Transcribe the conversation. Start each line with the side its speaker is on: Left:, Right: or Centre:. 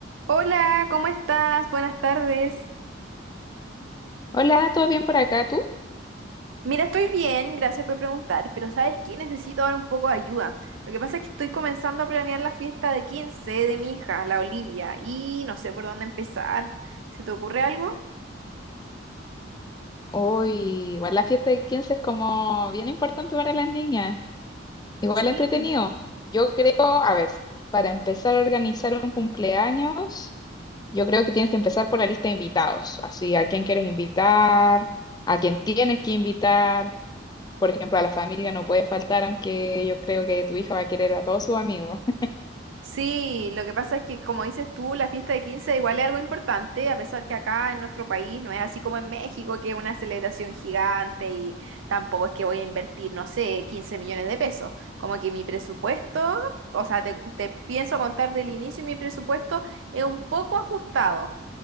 Right: Hola, ¿cómo estás? Buenas tardes.
Left: Hola, ¿todo bien por acá tú?
Right: Mira, estoy bien, gracias por preguntar, pero ¿sabes qué? Necesito ahora un poco de ayuda. Lo que pasa es que estoy comenzando a planear la fiesta de 15 de mi hija, la Olivia, y no sé por dónde empezar. ¿Se te ocurre algo?
Left: Hoy, igual la fiesta de 15 es como bien importante para las niñas, igual
Right: Sí.
Left: entretenido. Yo creo, a ver, para empezar a organizar un cumpleaños, yo creo que tienes que empezar por la lista de invitados, así a quién quieres invitar, a quién tienes que invitar, por ejemplo, a la familia no puede faltar, aunque yo creo que tu hija va a querer a todos sus amigos. <laughs>
Right: Sí, lo que pasa es que, como dices tú, la fiesta de 15 igual es algo importante, a pesar que acá en nuestro país no es así como en México, que es una celebración gigante y tampoco es que voy a invertir, no sé, 15 millones de pesos. Como que mi presupuesto, o sea, te, te pienso contar del inicio, mi presupuesto es un poco ajustado.